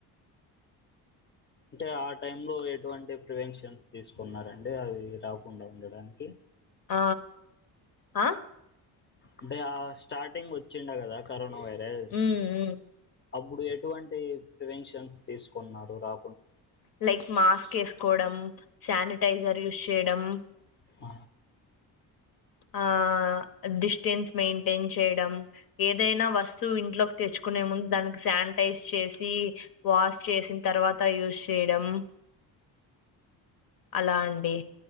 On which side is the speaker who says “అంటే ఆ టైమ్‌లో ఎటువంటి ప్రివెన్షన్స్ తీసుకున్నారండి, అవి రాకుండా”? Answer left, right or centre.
Left